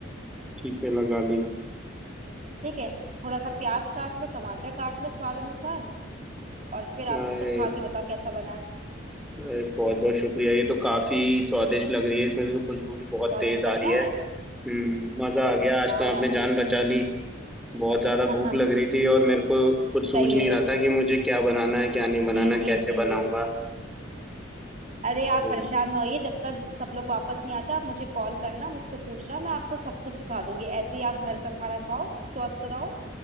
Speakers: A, in the centre; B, on the right.
A: ठीक है लगा ली
B: ठीक है थोड़ा सा प्याज काट लो टमाटर काट लो स्वाद अनुसार और फिर
A: अरे
B: आप इसको खा के बताओ कैसा बना है
A: अरे बहुत बहुत शुक्रिया ये तो काफी स्वादिष्ट लग रही है इसमें से तो खुशबू भी बहुत
B: स्वादिष्ट
A: तेज आ
B: लग
A: रही
B: रहा
A: है
B: है
A: हम्म मजा आ गया आज
B: बहुत
A: तो आपने
B: आती
A: जान
B: है
A: बचा ली बहुत ज्यादा
B: <laughs>
A: भूख लग रही थी और मेरे को कुछ सूझ
B: सही
A: नहीं
B: है
A: रहा था कि मुझे क्या बनाना है क्या नहीं बनाना
B: जी
A: कैसे
B: जी जी
A: बनाऊंगा
B: अरे आप
A: तो
B: परेशान ना होइए जब तक सब लोग वापस नहीं आता आप मुझे कॉल करना मुझसे पूछना मैं आपको सब कुछ सिखा दूंगी ऐसे ही आप घर का खाना खाओ स्वस्थ रहो